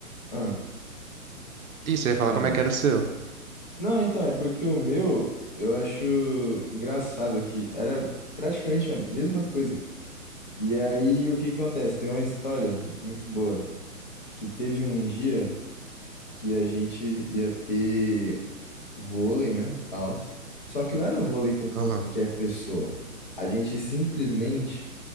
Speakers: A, on the left; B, on the right.
A: Ah,
B: isso, eu ia falar
A: falei.
B: como é que era o seu.
A: Não, então, é porque o meu eu acho engraçado que era praticamente a mesma coisa, cara. E aí o que acontece? Tem uma história muito boa que teve um dia que a gente ia ter vôlei, né? Tal. Só que não era vôlei com qualquer
B: Aham.
A: pessoa. A gente simplesmente